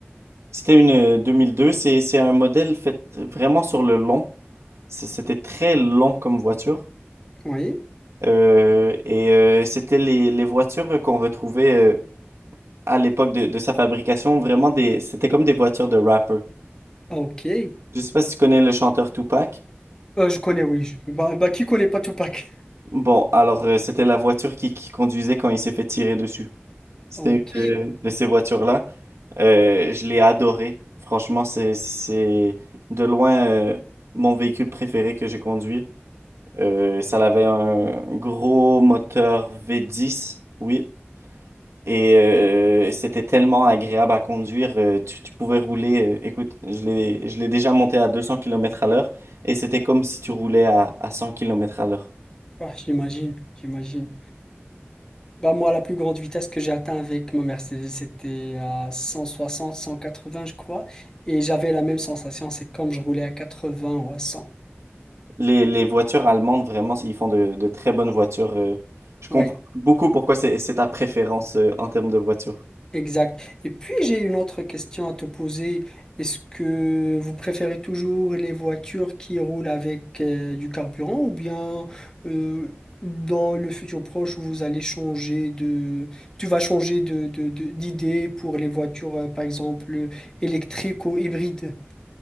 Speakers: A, on the right (about 85°); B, on the left (about 15°).
A: C'était une euh, 2002. C'est, c'est un modèle fait vraiment sur le long. C- C'était très long comme voiture.
B: Oui.
A: Euh, et euh, c'était les, les voitures qu'on retrouvait. euh, à l'époque de, de sa fabrication, vraiment des, c'était comme des voitures de rapper.
B: Ah, Ok.
A: Je sais pas si tu connais le chanteur Tupac.
B: Euh, je connais, oui. Bah, bah, qui connaît pas Tupac?
A: Bon, alors euh, c'était la voiture qui, qui conduisait quand il s'est fait tirer dessus. C'était
B: Ok.
A: une de, de ces voitures-là. Euh, je l'ai adoré. Franchement, c'est, c'est de loin euh, mon véhicule préféré que j'ai conduit. Euh, ça avait un gros moteur V10, oui. Et euh, c'était tellement agréable à conduire. euh, tu, tu pouvais rouler. euh, écoute, je l'ai, je l'ai déjà monté à 200 km à l'heure. Et c'était comme si tu roulais à, à 100 km à l'heure.
B: Bah, j'imagine, j'imagine. Bah moi, la plus grande vitesse que j'ai atteint avec ma Mercedes, c'était à cent cent soixante cent quatre-vingts je crois. Et j'avais la même sensation, c'est comme je roulais à quatre-vingts ou à cent
A: Les, les voitures allemandes, vraiment, ils font de, de très bonnes voitures. euh. je comprends
B: Oui,
A: beaucoup pourquoi c'est, c'est ta préférence euh, en termes de voiture.
B: exact. Et puis, j'ai une autre question à te poser. Est-ce que vous préférez toujours les voitures qui roulent avec euh, du carburant ou bien euh, dans le futur proche, vous allez changer de... Tu vas changer de, de- de- d'idée pour les voitures, euh, par exemple, électriques ou hybrides?